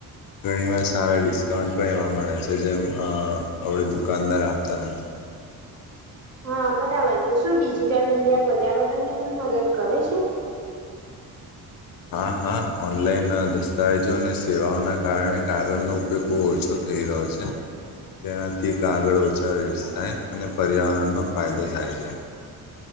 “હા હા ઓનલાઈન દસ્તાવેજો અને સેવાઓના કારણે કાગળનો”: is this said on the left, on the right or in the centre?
Left